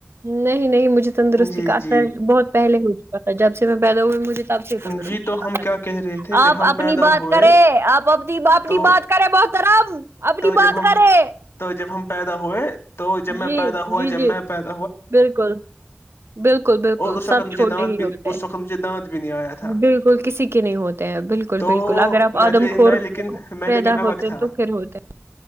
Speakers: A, on the right; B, on the left.
A: نہیں نہیں مجھے تندرستی
B: جی
A: کا اثر
B: جی
A: بہت پہلے ہو چکا تھا جب سے میں پیدا ہوئی مجھے تب سے تندرست
B: جی تو ہم کیا کہہ رہے تھے
A: آپ
B: جب ہم
A: اپنی
B: پیدا
A: بات
B: ہوئے
A: کرے آپنی
B: تو
A: بات کرے بر اپنی
B: تو
A: بات
B: جب ہم
A: کرے
B: تو جب ہم پیدا ہوئے تو جب میں
A: جی
B: پیدا ہوا
A: جی
B: جب
A: جی
B: میں پید
A: بالکل بالکل بالکل
B: اور اس وقت
A: سب
B: مجھے
A: چھوٹے
B: دانت
A: ہی
B: بھی
A: ہوتے
B: اس
A: ہیں
B: وقت مجھے دانت بھی نہیں آیا تھا
A: بالکل کسی کے نہیں ہوتے ہیں بالکل
B: تو
A: بالکل اگر آپ
B: میں
A: آدم
B: لے-
A: خور
B: میں لیکن میں
A: پیدا
B: لیکن الگ
A: ہوتے ہیں
B: تھا
A: تو پھر ہوتے ہیں